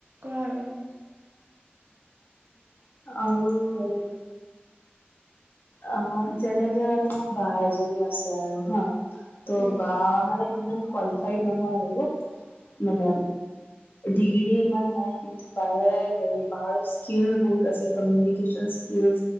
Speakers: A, on the right; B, on the left.
A: কোৱা আৰু?
B: আৰু হেৰি অ যেনেকে মানে মোৰ বা এজনী আছে আৰু হা ত'
A: উম
B: বা মানে ইমান কোৱালিফাইড নহয় আৰু মানে ডিগ্ৰী ইমান নাই কিন্তু বায়ে বাৰত স্কিল বহুত আছে কমিউনিকেশন ইচকিল